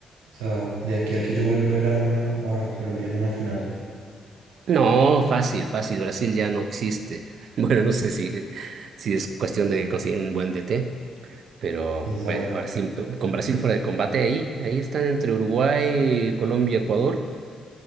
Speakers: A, on the right; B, on the right.
A: o sea, de aquí a que yo vuelva a ver a una a Colombia en una final,
B: No, fácil, fácil, Brasil ya no existe. <laughs> Bueno, no sé si, si es cuestión de conseguir un buen DT, pero
A: quién sabe,
B: bueno, ahora sí, con Brasil fuera de combate, ahí, ahí están entre Uruguay, Colombia, Ecuador